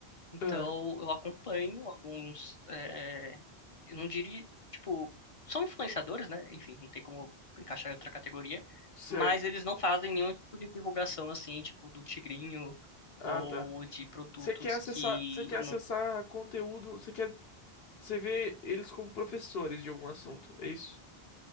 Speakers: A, on the left; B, on the left.
A: Então,
B: Ah,
A: eu acompanho alguns, eh, eu não diria, tipo, são influenciadores, né? Enfim, não tem como encaixar em outra categoria,
B: certo.
A: mas eles não fazem nenhum tipo de divulgação, assim, tipo, do tigrinho
B: Ah,
A: ou
B: tá.
A: de produtos
B: Você quer acessar,
A: que
B: você quer acessar
A: não...
B: conteúdo, você quer, você vê eles como professores de algum assunto, é isso?